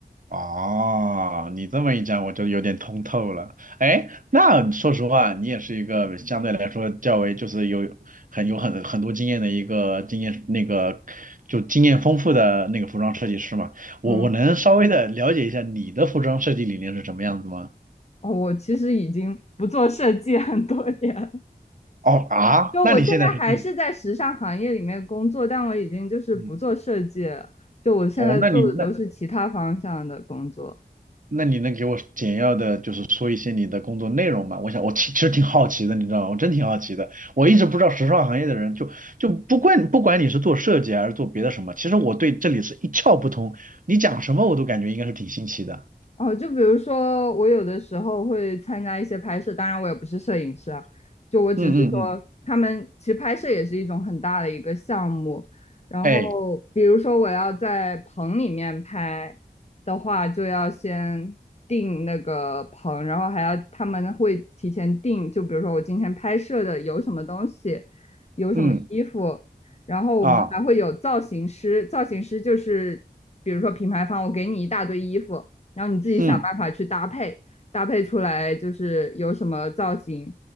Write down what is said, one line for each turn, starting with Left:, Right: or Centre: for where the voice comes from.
Right: 哦，你这么一讲，我就有点通透了。哎，那说实话，你也是一个相对来说较为就是有很有很很多经验的一个经验那个就经验丰富的那个服装设计师嘛。我我能稍微的了解一下你的服装设计理念是什么样子吗？
Left: 嗯，哦，我其实已经不做设计很多年了
Right: 哦啊，
Left: 就我现在还是在时尚行业里面工作，
Right: 那你现在是做
Left: 但我已经就是不做设计了，
Right: 嗯，
Left: 就我现在做的都是其他方向的工作。
Right: 哦，那你那那你能给我简要的，就是说一些你的工作内容吗？我想，我其其实挺好奇的，你知道吗？我真挺好奇的。我一直不知道时尚行业的人就，就不管不管你是做设计还是做别的什么，其实我对这里是一窍不通。你讲什么我都感觉应该是挺新奇的。
Left: 哦，就比如说，我有的时候会参加一些拍摄，当然我也不是摄影师啊，就我只是说，
Right: 嗯嗯嗯，
Left: 他们其实拍摄也是一种很大的一个项目。然后，
Right: 哎，
Left: 比如说我要在棚里面拍的话，就要先定那个棚，然后还要他们会提前定，就比如说我今天拍摄的有什么东西，有什么衣服，
Right: 嗯
Left: 然后我们还会有造型师，
Right: 啊，
Left: 造型师就是比如说品牌方，我给你一大堆衣服。然后你自己想办法去搭配，
Right: 嗯
Left: 搭配出来就是有什么造型，